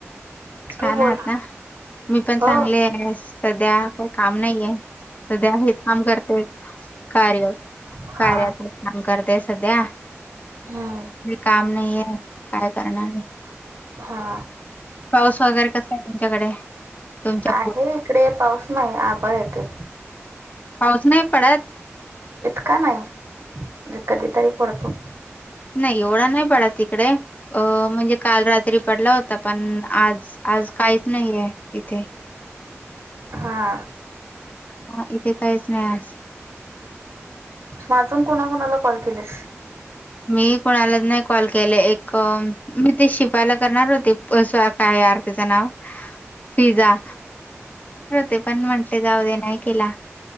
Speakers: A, on the left; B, on the right.
A: छान
B: तू बोल
A: आहात ना मी पण
B: हो
A: चांगले सध्या काही काम नाहीये. सध्या हे काम करते कार्य
B: हा
A: कार्यात, करते सध्या
B: हम्म
A: काम नाही आहेे काय करणार आहे.
B: हा,
A: पाऊस वगैरे कसा आहे तुमच्याकडे, तुमच्या
B: आहे इकडे पाऊस नाही आबळ येते,
A: पाऊस नाही पडत,
B: इतका नाही म्हणजे कधीतरी पडतो.
A: नाही एवढा नाही पडा तिकडे अ म्हणजे काल रात्री पडला होता पण आज. आज काहीच नाही आहे इथे,
B: हां,
A: हा इथे काहीच नाही,
B: म अजून कोणाकणाला कॉल केलेस
A: मी कुणालाच नाही कॉल केले, एक मी ते शिपायला करणार होते स्वारख आहे. र त्याच नाव फिजा ते हो पण म्हंटले जाऊ दे नाही केला